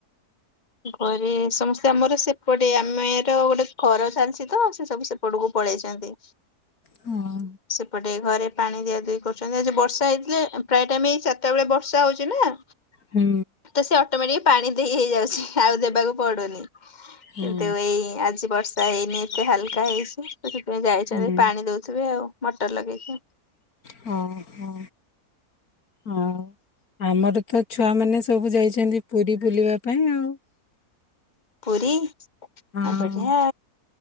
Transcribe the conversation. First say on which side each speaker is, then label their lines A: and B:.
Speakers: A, on the left (about 30°); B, on the left (about 70°).
A: ଘରେ ସମସ୍ତେ ଆମର ସେପଟେ <unintelligible> ଗୋଟେ ଘର ଚାଲିଛି ତ ସେ ସବୁ ସେପଟକୁ ପଳେଇଛନ୍ତି।
B: ହଁ।
A: ସେପଟେ ଘରେ ପାଣି ଦିଆଦୁଇ କରୁଛନ୍ତି ଆଜି ବର୍ଷା ହେଇଥିଲେ। ପ୍ରାୟ ଟାଇମ ଏଇ ଚାରଟା ବେଳେ ବର୍ଷା ହଉଛି ନା?
B: ହୁଁ।
A: ତ ସେ ଅଟୋମେଟିକ ପାଣି ଦେଇ ହେଇଯାଉଛି ଆଉ ଦେବାକୁ ପଡୁନି।
B: ହୁଁ
A: କିନ୍ତୁ ଏଇ ଆଜି ବର୍ଷ ବର୍ଷା ହେଇନି ଏତେ ହାଲକା ହେଇଛି ସେ ସେଥିପାଇଁ ଯାଇଛନ୍ତି
B: ହୁଁ
A: ପାଣି ଦଉଥିବେ ଆଉ ମଟର ଲଗେଇକି।
B: ହଁ ହଁ ହଁ। ଆମର ତ ଛୁଆମାନେ ସବୁ ଯାଇଛନ୍ତି ପୁରୀ ବୁଲିବା ପାଇଁ ଆଉ।
A: ପୁରୀ ଆଉ
B: ହଁ
A: ଭଡ଼ିଆ।